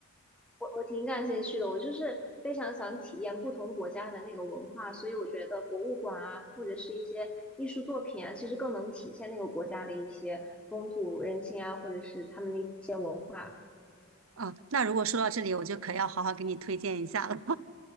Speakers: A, in the centre; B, on the right.
A: 我我挺感兴趣的，我就是非常想体验不同国家的那个文化，所以我觉得博物馆啊，或者是一些艺术作品啊，其实更能体现那个国家的一些风土人情啊，或者是他们的一些文化。
B: 啊？那如果说到这里，我就可要好好给你推荐一下了。